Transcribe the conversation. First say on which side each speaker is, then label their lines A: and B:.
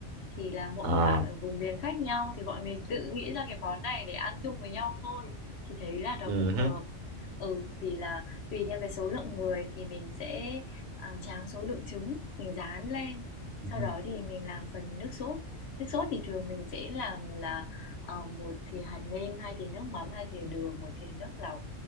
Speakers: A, on the left (about 60°); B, on the right (about 80°).
A: Thì là mỗi
B: à
A: một bạn ở vùng miền khác nhau thì bọn mình tự nghĩ ra cái món này để ăn chung với nhau thôi. Thì thấy là nó
B: ừ
A: cũng hợp.
B: hứ,
A: Ừ, thì là tùy theo cái số lượng người thì mình sẽ à, tráng số lượng trứng, mình rán lên.
B: ừ
A: Sau
B: hứ,
A: đó thì mình làm phần nước sốt. Nước sốt thì thường mình sẽ làm là ờ, một thìa hạt nêm, hai thìa nước mắm, hai thìa đường, một thìa nước lọc